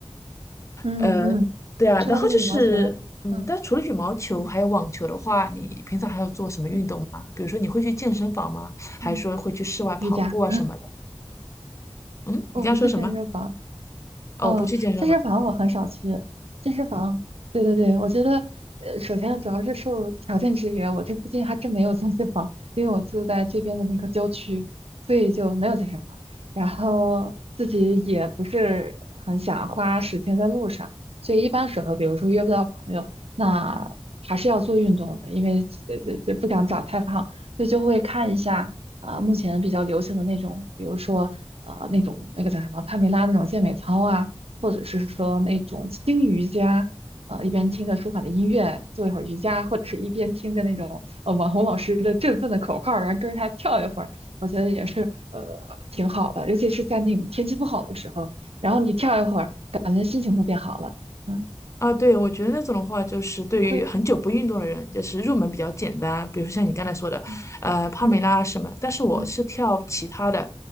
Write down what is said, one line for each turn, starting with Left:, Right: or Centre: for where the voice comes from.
Right: 嗯嗯，
Left: 呃，对啊，
Right: 说到这个羽毛球，
Left: 然后就是，嗯，
Right: 嗯
Left: 但除了羽毛球还有网球的话，
Right: 嗯
Left: 你平常还要做什么运动吗？
Right: 嗯
Left: 比如说你会去健身房吗？还是说会去室外跑步啊什么的？
Right: 嗯，瑜伽，
Left: 嗯，
Right: 我不去健身房，
Left: 你刚刚说什么？哦，
Right: 嗯，
Left: 不去健身房
Right: 健身房我很少去。健身房，对对对，我觉得，呃，首先主要是受条件制约，我这附近还真没有健身房，因为我住在这边的那个郊区，所以就没有健身房。然后自己也不是很想花时间在路上，所以一般时候，比如说约不到朋友，那还是要做运动的，因为这这这不想长太胖，所以就会看一下啊、目前比较流行的那种，比如说。呃那种那个叫什么帕梅拉那种健美操啊，或者是说那种轻瑜伽，呃，一边听着舒缓的音乐做一会儿瑜伽，或者是一边听着那种呃网红老师的振奋的口号，然后跟着他跳一会儿，我觉得也是呃挺好的，尤其是在那种天气不好的时候，然后你跳一会儿，感觉心情都变好了，嗯，
Left: 啊？对，我觉得那种的话，就是对于很久不运动的人，
Right: 你会，
Left: 就是入门比较简单，比如说像你刚才说的，
Right: 嗯
Left: 呃，帕梅拉啊什么。
Right: 嗯
Left: 但是我是跳其他的，
Right: 嗯